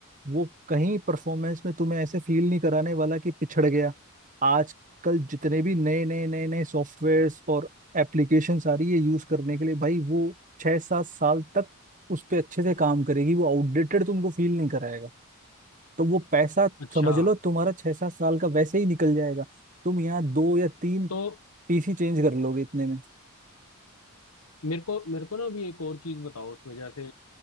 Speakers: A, on the right; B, on the left.
A: वो कहीं परफॉर्मेंस में तुम्हें ऐसे फील नहीं कराने वाला कि पिछड़ गया आजकल जितने भी नए नए नए नए सॉफ्टवेयर्स और एप्लीकेशन आ रही है यूज करने के लिए भाई वो छह सात साल तक उस पर अच्छे से काम करेगी वो आउटडेटेड तुमको फील नहीं कराएगा तो वो पैसा
B: अच्छा
A: समझ लो तुम्हारा छह सात साल का वैसे ही निकल जाएगा तुम यहाँ दो या तीन
B: तो
A: पीसी चेंज कर लोगे इतने में
B: मेरे को मेरे को ना अभी एक और चीज बताओ उसमें जैसे